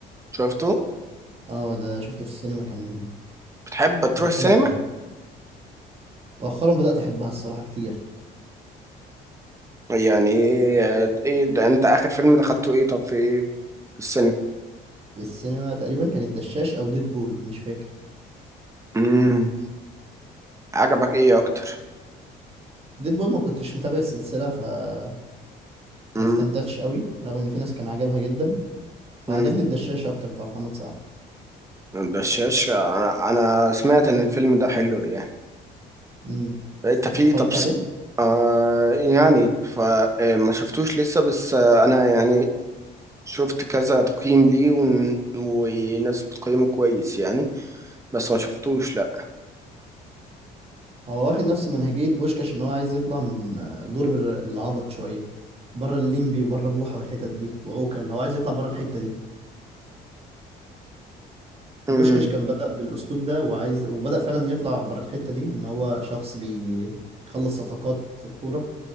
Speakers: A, on the right; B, on the right.
A: شفته؟
B: اه ده شفته في السينما كان
A: بتحب تروح
B: كان حلو
A: السينما؟
B: يعني مؤخرا بدات احبها الصراحه كتير
A: يعني آه، إيه ده أنت آخر فيلم دخلته إيه طب في إيه في السينما؟
B: السينما تقريبا كان الدشاش او ديدبول مش فاكر
A: امم عجبك إيه أكتر؟
B: ديدبول ما كنتش متابع السلسله فما
A: امم
B: استمتعتش قوي رغم ان في ناس كان عجبها جدا فعجبني
A: امم
B: الدشاش اكتر بتاع محمد سعد
A: الدشاش آه، أنا سمعت إن الفيلم ده حلو يعني
B: امم
A: أنت في
B: اتفرجت
A: طب س-
B: عليه
A: آه يعني فما شفتوش لسه بس آه انا يعني شفت كذا تقييم ليه ون... وناس بتقيمه كويس يعني بس ما شفتوش لا
B: هو واخد نفس منهجية بوشكاش ان هو عايز يطلع من آه، دور بر- العبط شوية بره الليمبي وبره بوحة والحتت دي وعوكل اللي هو عايز يطلع بره الحتة دي
A: امم
B: بوشكاش كان بدأ بالأسلوب ده وعايز وبدأ فعلا يطلع بره الحتة دي ان هو شخص بي- بيخلص صفقات في الكورة